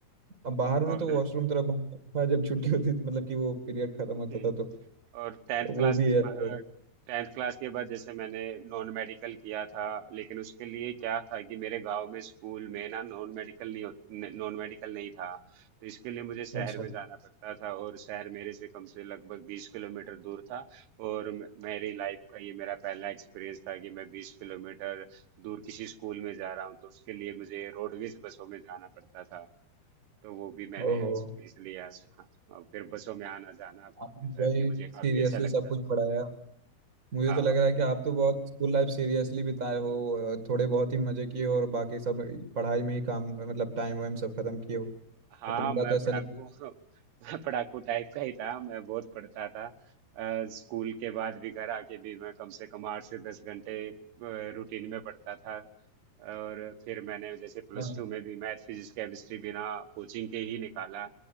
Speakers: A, on the right (about 40°); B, on the right (about 80°).
A: अब बाहर
B: और
A: होना तो
B: उधर
A: वॉशरूम तरफ बाहर <laughs> था जब छुट्टी होती थी मतलब कि वो पीरियड खत्म होता
B: हम्म।
A: था तो,
B: और
A: तो
B: टेंथ
A: वो
B: क्लास
A: भी
B: के
A: है
B: बाद
A: तो
B: टेंथ क्लास के बाद जैसे मैंने नॉन मेडिकल किया था लेकिन उसके लिए क्या था कि मेरे गांव में स्कूल में ना नॉन मेडिकल नहीं हो नॉन मेडिकल नहीं था तो इसके लिए मुझे शहर
A: अच्छा
B: में जाना पड़ता था और शहर मेरे से कम से लगभग बीस किलोमीटर दूर था और म- मेरी लाइफ का ये मेरा पहला एक्सपीरियंस था कि मैं बीस किलोमीटर दूर किसी स्कूल में जा रहा हूँ तो उसके लिए मुझे रोडवेज बसों में जाना पड़ता था तो वो भी मैंने
A: ओहो
B: एक्सपीरियंस लिया हाँ और फिर बसों में आना जाना
A: आपने
B: भी
A: भाई
B: मुझे
A: सीरियसली
B: काफी अच्छा लगता
A: सब कुछ
B: था
A: पढ़ाया मुझे
B: हाँ
A: तो लग
B: हाँ
A: रहा है कि आप तो बहुत स्कूल लाइफ सीरियसली बिताए हो थोड़े बहुत ही मजे किए हो और बाकी सब पढ़ाई में ही काम मतलब टाइम वाइम सब खत्म किए हो
B: हाँ
A: बट मेरा
B: मैं
A: तो ऐसा
B: पढ़ाकू
A: नहीं
B: <laughs> मैं पढ़ाकू टाइप का ही था मैं बहुत पढ़ता था अ, स्कूल के बाद भी घर आके भी मैं कम से कम आठ से दस घंटे रूटीन में पढ़ता था और फिर मैंने जैसे प्लस
A: हाँ
B: टू में भी मैथ फिजिक्स केमिस्ट्री बिना कोचिंग के ही निकाला